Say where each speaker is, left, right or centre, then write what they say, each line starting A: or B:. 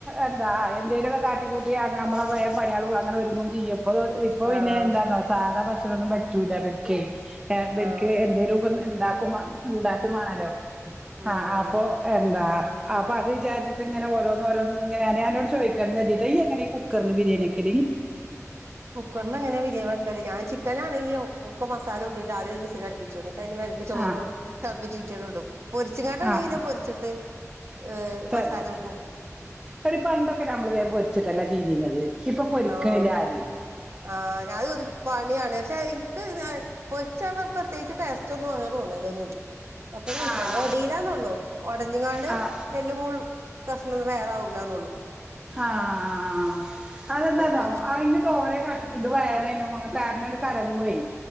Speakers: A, on the right; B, on the right.
A: എന്താ എന്തേലും കാ നെ കൂട്ടിയാർഞ അമ്മള പയേ പടയാളു അങ്ങനെ ഒരുങ്ങും ചെയ്യപ്പോ ഇപ്പൊ
B: ആഹ്
A: പിന്നെ എന്താണോ സാധഭക്ഷ് റ്റളൊന്നും പറ്റൂല ബൽകേ ഏഹ് ബൽക്ക്
B: ആഹ്
A: എന്തേലുകെ ന്ന്ണ്ടാകുമാ ണ്ടാക്കുമാണാലോ
B: ഉം
A: ആഹ് ആപ്പൊ എന്താ അപ്പൊ അത് വിചാരിച്ചട്ട ങ്ങനെ ഓരോന്ന് ഓരോന്ന് ങ്ങനെ യാന് അനോട് ചോദിക്ക ന്നതി ഇയ്യ് എങ്ങനെ ഈ കുക്കർല് ബിരിയാണി ക്കെല്
B: കുക്കറിന്നെങ്ങനെ ബിരിയാൻ വെക്കല് ഞാൻ ചിക്കനാണെങ്കി ഒക്കെ മസാലൂട്ടിട്ട് ആദ്യ ഒരു വിസൽ അടുപ്പിച്ചോന്നി് അതിന് മെലക്ക് ചോറ്
A: ആഹ്
B: തൾപ്പിച്ചുറ്റി അട് ഇടും പൊരിച്ചങ്ങാട്ടാണെങ്കി
A: ആഹ്
B: ഇന്നെ പൊരിച്ചിട്ട് ഏഹ്
A: തന്നെ
B: മസാലൂട്ടു
A: എടി പണ്ടൊക്കെ നമ്മള് വേം പൊരിച്ചിട്ടല്ല ചീതിഞത് ഇപ്പൊ പൊരിക്കണില്ല
B: ആഹ്
A: ആരു ഏ
B: ആഹ് ഞഹ് ത് പണിയാണ് ക്ഷെ ഇൻക്ക് ഞ പൊര്ച്ചവ പ്രത്യേകിച്ച് ടെസ്റ്റ ഒന്നും അങ്ങനെ തോന്നലോ ഒന്നുല്ല ഒക്കെ കൻച്ചന്നെ
A: ആഹ്
B: ഒടീലാന്നൊള്ളു ഒടഞ്ങ്ങാണ്ട്
A: ആഹ് ആഹ്
B: എല്ലും മുൾ കഷ്ണൊന്ന് വേറെ ആവൂല്ലന്നുള്ളൂ
A: ആഹ് ആഹ് ആഹ് ആഹ് അ അതെന്താതോ
B: പൊരി
A: ആയ്ന് തോറെ കഷ് ഇത് വേനേനു മുറെ കാരണംഅഹ് കലങ്ങുഏ